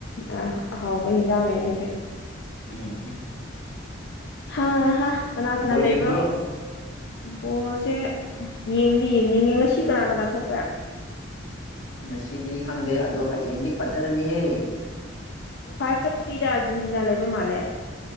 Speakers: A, on the left (about 60°); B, on the left (about 80°).
A: ꯑ ꯑꯍꯥꯎꯕ ꯍꯟꯖꯥꯡꯅꯦ ꯑꯗꯨꯗꯤ
B: ꯎꯝ ꯍꯨꯝ
A: ꯍꯥ ꯍꯥ ꯀꯅꯥ ꯀꯅꯥ
B: ꯕꯣꯜ
A: ꯂꯩꯕ꯭ꯔꯣ
B: ꯌꯦꯡꯕ꯭ꯔꯣ
A: ꯕꯣꯜꯁꯦ ꯌꯦꯡꯗꯤ ꯌꯦꯡꯅꯤꯡꯉꯦ ꯉꯁꯤ ꯀꯅꯥ ꯀꯅꯥ ꯊꯣꯛꯄ꯭ꯔꯥ
B: ꯉꯁꯤꯗꯤ ꯈꯪꯗꯦ ꯑꯗꯣ ꯍꯌꯦꯡꯗꯤ ꯐꯖꯔꯅꯤꯍꯦ
A: ꯐꯥꯏꯚ ꯊꯥꯔꯇꯤꯗ ꯑꯥꯔꯖꯦꯟꯇꯤꯅꯥ ꯂꯩꯕ ꯃꯥꯜꯂꯦ